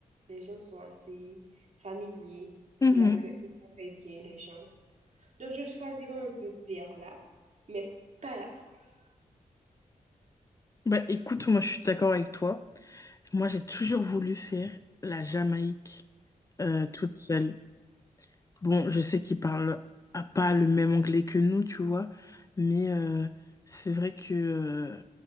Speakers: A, on the right; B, on the left.
A: Les gens sont assez familiers.
B: Mhm.
A: Ils accueillent, ils accueillent bien les gens. Donc, je choisirais un peu vers là, mais pas la France.
B: Bah écoute, moi je suis d'accord avec toi. Moi j'ai toujours voulu faire la Jamaïque euh, toute seule. Bon, je sais qu'ils parlent à pas le même anglais que nous, tu vois, mais euh, c'est vrai que, euh,